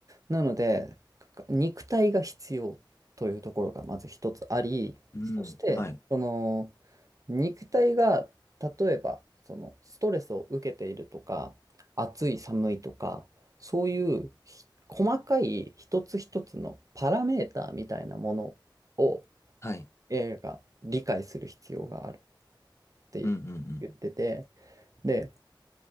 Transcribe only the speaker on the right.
なので、か肉体が必要というところがまず一つあり、
そして、
その肉体が例えばそのストレスを受けているとか、暑い寒いとか、そういうひ細かい一つ一つのパラメーターみたいなものを
AI が理解する必要があるって言ってて、
で、